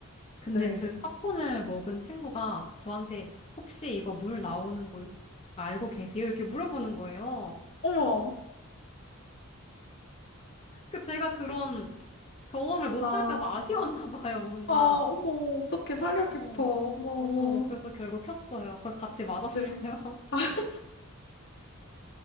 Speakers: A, on the left (about 25°); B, on the left (about 55°).
A: 근데
B: 네.
A: 그 팝콘을 먹은 친구가 저한테 혹시 이거 물 나오는 거 알고 계세요? 이렇게 물어보는 거예요.
B: 어머.
A: 그 제가 그런 경험을 못할까
B: 아,
A: 봐 아쉬웠나 봐요, 뭔가.
B: 아, 어머, 어떻게 살려 깊어.
A: 어,
B: 어머, 어머.
A: 어, 그래서 결국 켰어요. 그래서 같이 맞았어요.
B: 네. <laughs>